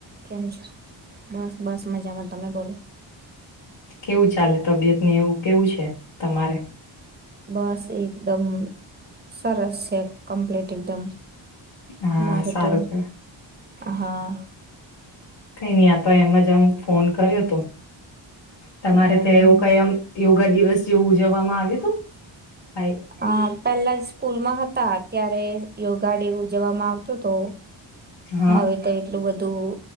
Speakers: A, on the right; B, on the left.
A: કેમ છ બસ બસમાંજામાં તમે બોલો.
B: કેવું ચાલે તબિયત ની એવું કેવું છે તમારે?
A: બસ એકદમ સરસ છે કમ્પ્લીટ એકદમ.
B: હા
A: મારે
B: સારું
A: તો
B: કે
A: હા
B: કઈ નહ આતો એમ જમ ફોન કર્યો હતો તમારે
A: બરાબર.
B: ત્યા એવું કઈ એમ યોગા દિવસ જેવું ઉજવવામાં આવે હતું. કઈ
A: હા પહેલા જ સ્કૂલ માં હતા ત્યારે યોગા ડે ઉજવવામાં આવતો હતો.
B: હા
A: હવે તો એટલું બધું